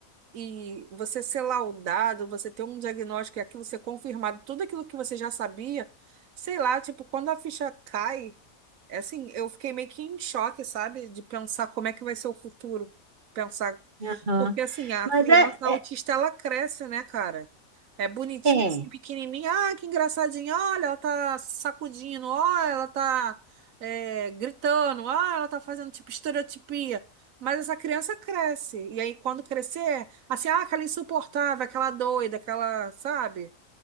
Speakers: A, on the right (about 70°); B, on the right (about 40°).
A: e você ser laudado, você ter um diagnóstico e aquilo ser confirmado, tudo aquilo que você já sabia, sei lá, tipo, quando a ficha cai é assim, eu fiquei meio que em choque, sabe? De pensar como é que vai ser o futuro. Pensar.
B: Aham.
A: Porque, assim, a
B: Mas
A: criança
B: é,
A: autista, ela cresce, né, cara? É bonitinha,
B: é.
A: assim, pequenininha. Ah, que engraçadinha. Olha, ela tá sacudindo. Olha, ela tá é, gritando. Olha, ela tá fazendo, tipo, estereotipia. Mas essa criança cresce. E aí, quando crescer, assim, ah, aquela insuportável, aquela doida, aquela, sabe?